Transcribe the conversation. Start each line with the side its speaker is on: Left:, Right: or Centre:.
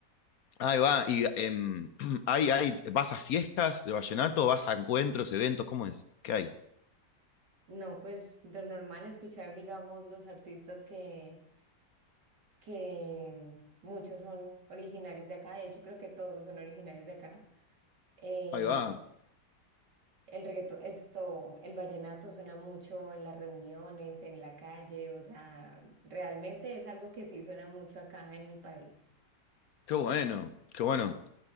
Left: Ahí va, y em, <clears throat> hay, hay, ¿vas a fiestas de vallenato? ¿Vas a encuentros, eventos? ¿Cómo es? ¿Qué hay?
Right: No, pues lo normal escuchar, digamos, los artistas que, que mm, muchos son originarios de acá, de hecho creo que todos son originarios de acá. Eh,
Left: Ahí va,
Right: el reggaetón, esto, el vallenato suena mucho en las reuniones, en la calle, o sea, realmente es algo que sí suena mucho acá en mi país.
Left: qué bueno, qué bueno.